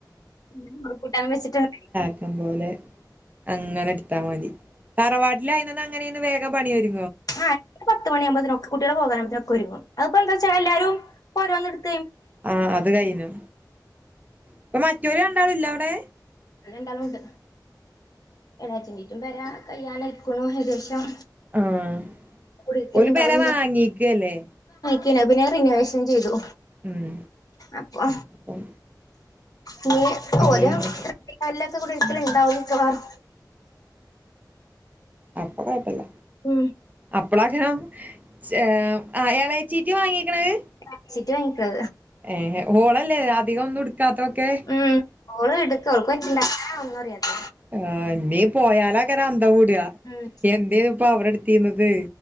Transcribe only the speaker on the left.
<unintelligible> കൂട്ടാൻ വെച്ച് <unintelligible>
ആ <unintelligible> പത്ത് മണിയാവുമ്പത്തിന് ഒക്കെ കുട്ടിയോള് പോകാനാവുമ്പത്തിന് ഒക്കെ ഒരുങ്ങും അത്പ്പോ എന്താച്ചാ എല്ലാരും ഓരോന്ന് ട്
ഓര് രണ്ടാളും ഉണ്ട് എളേച്ചനീറ്റും പെരാ കയ്യാനയ്ക്ക്ണു ഏകദേശം
കുടിയിരിക്കലുണ്ടാവും
പിന്നെ അത് പിന്നെ റിനോവേഷൻ ചെയ്തു
അപ്പൊ
ഇഞ്ഞ് ഇപ്പോലും
<unintelligible> ലൊക്കെ കുടിര്ക്കല്ണ്ടാവും മിക്കവാറും
ഉം
അഴച്ചിട്ട് വാക്കിത്-
ഉം ഓള് ഇടുക്ക ഓൾക്ക് വെച്ചിണ്ടാക്കാനാ ഒന്നും അറിയാത്ത
ഉം